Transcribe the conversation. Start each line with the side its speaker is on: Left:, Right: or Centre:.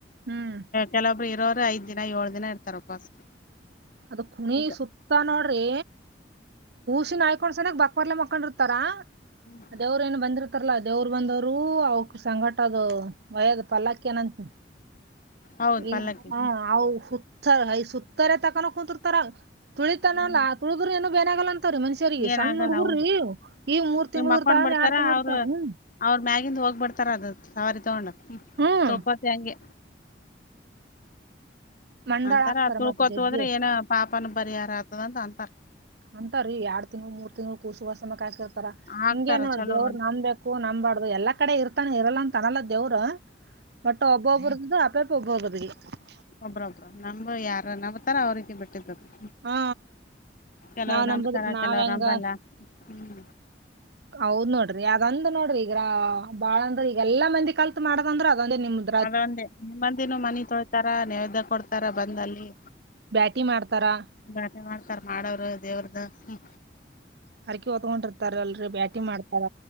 Right: ಹ್ಮ್
Left: ಕೆಲೊಬ್ರು ಇರೋರು ಐದ ದಿನ ಏಳು ದಿನ ಇರ್ತಾರಪ್ಪ ಉಪವಾಸ.
Right: ಅದ ಕುಣಿ
Left: ಹಿಂಗ
Right: ಸುತ್ತ ನೋಡ್ರಿ ಸಿನ ಹಯ್ಕೊಂಡ್ ಸನಕ್ ಬಕ್ ಬರ್ಲ ಮಕ್ಕೊಂಡರ್ ತರ
Left: <unintelligible>
Right: ದೇವ್ರ ಏನು ಬಂದಿರ್ತಾರಲ್ಲಾ ದೇವ್ರರು ಬಂದವರು ಅವ ಸಂಘಟ ಅದು ವಯದ್ ಪಲ್ಲಾಕ್ಕ ಏನಂತ
Left: ಹೌದ್
Right: ಏ
Left: ಪಲ್ಲಕ್ಕಿ
Right: ಹ ಅ ಸುತ್ತಯ ಸುತ್ತರೆ ತಕಾನ ಕುಂತರ್ತಾರ ತುಳಿತನಲ್ಲ
Left: ಹ್ಮ್
Right: ಹುಗು ಏನು ಬೇನಾಗಲ್ಲ ಅಂತಾರೆ ಸರಿ
Left: ಏನ್
Right: ಸಣ್ಣ
Left: ಆಗಲ್ಲ
Right: ಹುಡ್ಗುರ್ರಿ
Left: ಹೌದು
Right: ಈ ಮೂರ್
Left: ನೀವ್
Right: ತಿಂಗಳ
Left: ಮಕ್ಕೊಂಡ್
Right: ಇರ್ತಾವಂದ
Left: ಬಿಡ್ತಾರ
Right: ಎರಡ್ ತಿಂಗಳ
Left: ಅವ್ರ
Right: ಇರ್ತಾವ ಹ್ಮ
Left: ಅವ್ರ ಮ್ಯಾಗಿದ ಹೋಗ್ಬಿಡ್ತಾರ ಅದ ಸವಾರಿ ತಗೊಂಡ
Right: ಹ್ಮ್
Left: ತೊಪತಿ ಹಂಗೆ
Right: ಮಂಡಾಳ
Left: ಅಂತಾರ
Right: ಹಾಕ್ತಾರ
Left: ತೂಳ್ಕೋತ
Right: ಮತ್ ಜಗ್ಗಿ
Left: ಹೋದ್ರೆ ಏನ ಪಾಪನ ಪರಿಹಾರ ಆಗ್ತದ ಅಂತ ಅಂತಾರ
Right: ಅಂತ ರೀ ಎರಡ್ ತಿಂಗಗಳು ಮೂರ್ ತಿಂಗಳು ಕೂರ್ ವಸಮ ಕಾಯಸಿ ಇರ್ತಾರ
Left: ಹಾಕ್ತಾರ
Right: ಹಿಂಗೇಏ ನೋಡ
Left: ಚಲೋ
Right: ದೇವ್
Left: ಅಂತ
Right: ನಂಬ್ಬೇಕಕ್ ಅಕ್ಕು ನಂಬಾರಡ್ದು ಎಲ್ಲಾ ಕಡೆ ಇರ್ತಾನ ಇರಲ್ಲ ಅಂತ ತನಲ್ಲ ದೇವ್ರು ಬಟ್ ಒಬ್ಬೊಬ್ರದ <unintelligible>
Left: ಒಬ್ಬ್ರ ಒಬ್ಬ ನಮ್ ಯಾರ ನಾವತಾರ ಅವ ರೀತಿ ಬಿಟ್ಟಿದ್ದದರು.
Right: ಹಾ
Left: ಕೆಲವ್ರು
Right: ನಾವ್
Left: ನಂಬತಾರ
Right: ನಂಬುದ್ರ ನಾವ್
Left: ಕೆಲವ್ರು
Right: ಹೆಂಗ
Left: ನಂಬಲ್ಲ ಹ್ಮ್.
Right: ಹೌದ್ ನೋಡ್ರಿ ಅದಂದ ನೋಡ್ರಿ ಈಗ್ರ ಬಾಳ ಅಂದ್ರ ಈಗಲ್ಲಾ ಮಂದಿ ಕಲ್ತ್ ಮಾಡದಂದ್ರ ಅದೊಂದೇ ನಿಮ್ದ.
Left: ಅದೊಂದೆ ನಿಮ್ಮಂದಿನೂ ಮನಿ ತೊಳ್ತಾರ ನೇವ್ದ ಕೊಡ್ತಾರ ಬಂದಲ್ಲಿ.
Right: ಬ್ಯಾಟಿ ಮಾಡ್ತಾರಾ.
Left: ಬ್ಯಾಟಿ ಮಾಡ್ತಾರ ಮಾಡವರು ದೇವ್ರದ್ದ ಹ್ಮ.
Right: ಹರಕಿ ಹೊತ್ಗೊಂಡಿರ್ತಾರ ಅಲ್ರರಿ ಬ್ಯಾಟಿ ಮಾಡ್ತಾರ